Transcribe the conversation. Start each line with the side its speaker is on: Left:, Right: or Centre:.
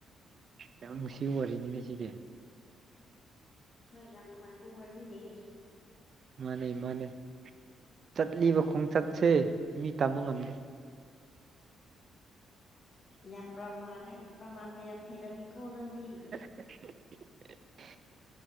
Right: ꯌꯥꯝ ꯅꯨꯡꯁꯤ ꯋꯔꯤꯅꯤꯅꯦ ꯁꯤꯗꯤ
Left: ꯍꯣꯏ ꯌꯥꯝ ꯅꯨꯡꯉꯥꯏꯕ ꯋꯥꯔꯤꯅꯦ
Right: ꯃꯥꯅꯦ ꯃꯥꯅꯦ ꯆꯠꯂꯤꯕ ꯈꯣꯡꯆꯠꯁꯦ ꯃꯤ ꯇꯝꯕ ꯉꯝꯗꯦ
Left: ꯌꯥꯝ ꯄ꯭ꯔꯃꯥꯟ ꯄ꯭ꯔꯃꯥꯟꯒ ꯌꯥꯝ ꯍꯩꯔꯝꯃꯤꯀꯣ ꯅꯪꯗꯤ
Right: <inaudible>